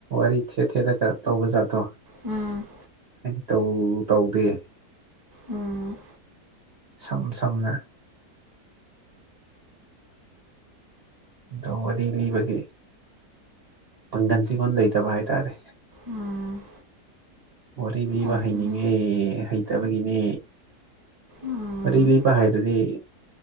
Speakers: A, on the right (about 50°); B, on the right (about 20°).
A: ꯀꯣꯏ ꯊꯦꯠ ꯊꯦꯠꯂꯒ ꯇꯧꯕ ꯖꯥꯠꯇꯣ
B: ꯎꯝ
A: ꯑꯩ ꯇꯧ ꯇꯧꯗꯦ
B: ꯎꯝ
A: ꯁꯝ ꯁꯝꯅ ꯗꯣ ꯋꯥꯔꯤ ꯂꯤꯕꯒꯤ ꯄꯥꯡꯒꯟꯁꯤ ꯑꯩꯉꯣꯟꯗ ꯂꯩꯇꯕ ꯍꯥꯏꯇꯥꯔꯦ
B: ꯎꯝ
A: ꯋꯥꯔꯤ ꯂꯤꯕ
B: ꯑꯩꯁꯨꯅꯦ
A: ꯍꯩꯅꯤꯡꯉꯦ ꯍꯩꯇꯕꯒꯤꯅꯦ
B: ꯎꯝ
A: ꯋꯥꯔꯤ ꯂꯤꯕ ꯍꯩꯔꯗꯤ